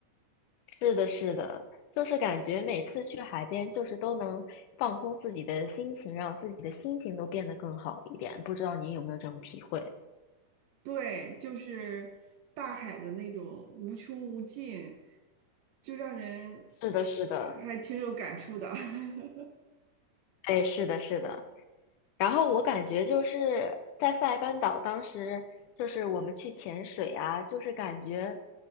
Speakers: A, on the left; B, on the right.
A: 是的，是的，就是感觉每次去海边，就是都能放空自己的心情，让自己的心情都变得更好一点。不知道你有没有这种体会？
B: 对，就是大海的那种无穷无尽，就让人
A: 是的，是的，
B: 还还挺有感触的。<laughs>
A: 哎，是的，是的。然后我感觉就是在塞班岛，当时就是我们去潜水啊，就是感觉，